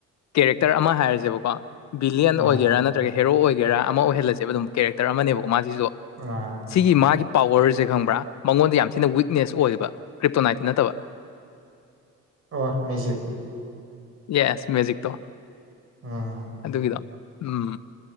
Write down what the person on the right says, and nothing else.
ꯑꯥ
ꯑꯥ
ꯑꯣ ꯃꯦꯖꯤꯦ
ꯎꯝ